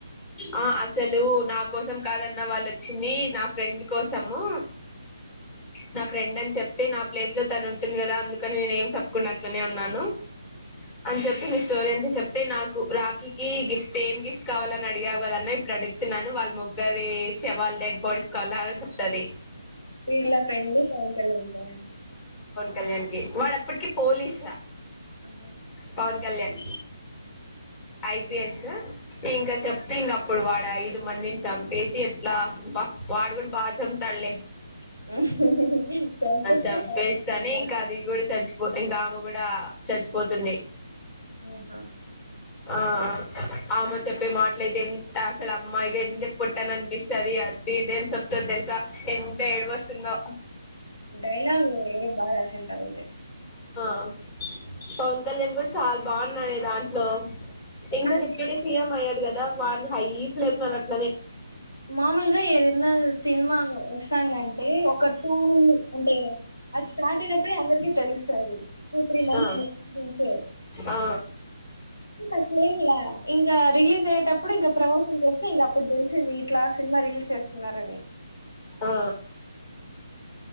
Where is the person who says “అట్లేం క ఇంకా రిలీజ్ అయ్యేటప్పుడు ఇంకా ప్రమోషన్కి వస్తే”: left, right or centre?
Left